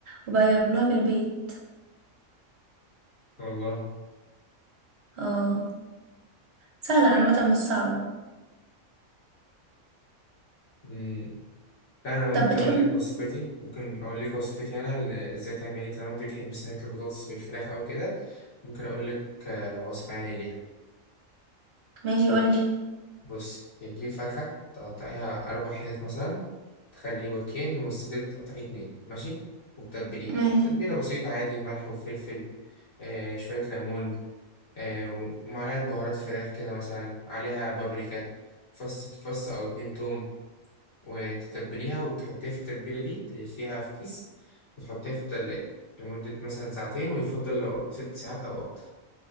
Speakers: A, on the right; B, on the left.
A: وبقى يعملوها في البيت
B: والله
A: اه سهلة عامة مش صعبة
B: مم. لا أنا ممكن
A: طب بتحب
B: أقول لك وصفتي ممكن أقول لك وصفتي أنا ل- إزاي تعملي طالما أنت بتحبي صينية البطاطس بالفراخ أو كده ممكن أقول لك آه، وصفة يعني ليها
A: ماشي قولي
B: بصي تجيبي فرخة تقطعيها أربع حتت مثلا تخلي وركين والصدر تقطعيه اتنين ماشي وتتبليه
A: ماشي
B: تتبيلة بسيطة عادي ملح وفلفل آه شوية ليمون آه ومعلقة بهارات فراخ كده مثلا عليها بابريكا فص فص أو اتنين توم وتتبليها وتحطيها في التتبيلة دي تلفيها في كيس وتحطيها في التلاجة لمدة مثلا ساعتين ويفضل لو ست ساعات أو أكتر